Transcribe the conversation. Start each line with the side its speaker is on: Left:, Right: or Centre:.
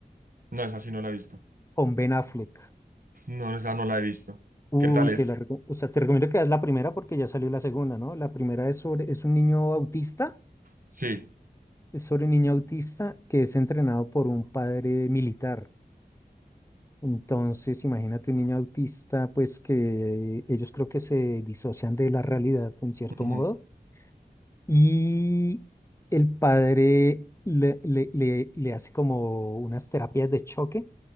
Right: No, esa sí no la he visto.
Left: con Ben Affleck.
Right: No, esa no la he visto.
Left: Uy,
Right: ¿Qué tal es?
Left: te la, reco- o sea, te recomiendo que veas la primera porque ya salió la segunda, ¿no? La primera es sobre, es un niño autista,
Right: Sí.
Left: es sobre un niño autista que es entrenado por un padre militar. Entonces, imagínate un niño autista, pues que ellos creo que se disocian de la realidad en cierto
Right: Ujú.
Left: modo y el padre le, le- le- le hace como unas terapias de choque